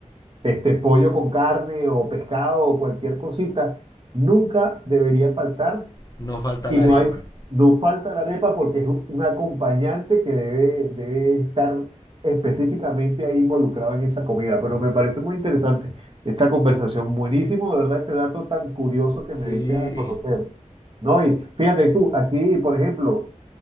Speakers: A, on the right; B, on the left.
A: este pollo con carne o pescado o cualquier cosita, nunca debería faltar
B: no falta
A: y
B: la
A: no
B: arepa.
A: hay, no falta la arepa porque es un un acompañante que debe, debe estar específicamente ahí involucrado en esa comida. Pero me parece muy interesante esta conversación, buenísimo, de verdad, ese dato tan curioso que
B: Sí,
A: me diste a conocer. No, y fíjate tú, aquí, por ejemplo,